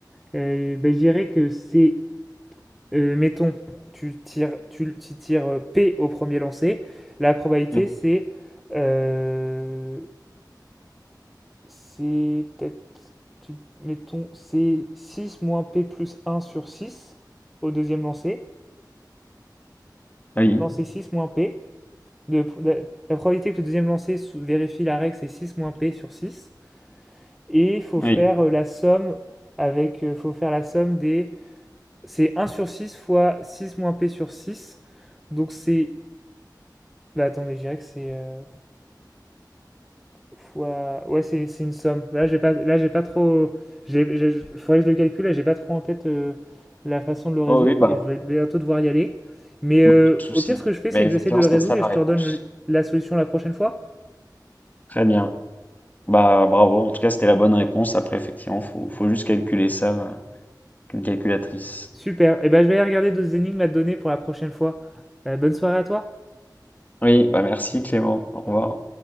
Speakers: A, in the centre; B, on the left.
A: Euh, ben, je dirais que c'est, euh, mettons, tu tires, tu, tu tires euh, P au premier lancé. La probabilité
B: Oui,
A: c'est, euh, c'est peut-être, tu- mettons, c'est 6 moins P plus un sur 6 au deuxième lancé.
B: oui,
A: Non, c'est 6 moins P. de- de- la probabilité que le deuxième lancer vérifie la règle, c'est 6 moins P sur six Et il faut faire
B: oui.
A: euh, la somme avec, euh, faut faire la somme des, c'est un sur 6 fois 6 moins P sur six Donc c'est, bah attends, mais je dirais que c'est euh, fois, ouais, c'est c'est une somme. Là, j'ai pas, là, j'ai pas trop, j'ai, faudrait que je le calcule, là, j'ai pas trop en tête euh, la façon de le résoudre
B: Oh oui, bah,
A: et je vais bientôt devoir y aller. Mais
B: bah,
A: euh,
B: pas de souci.
A: au pire, ce que je fais,
B: Mais
A: c'est que
B: effectivement,
A: j'essaie de le
B: c'était
A: résoudre
B: ça la
A: et je
B: réponse.
A: te redonne le- la solution la prochaine fois.
B: Très bien. Bah, bravo. En tout cas, c'était la bonne réponse. Après, effectivement, faut, faut juste calculer ça euh, avec une calculatrice.
A: Super. Et ben, je vais aller regarder d'autres énigmes à te donner pour la prochaine fois. Euh, bonne soirée à toi.
B: Oui, bah merci Clément. Au revoir.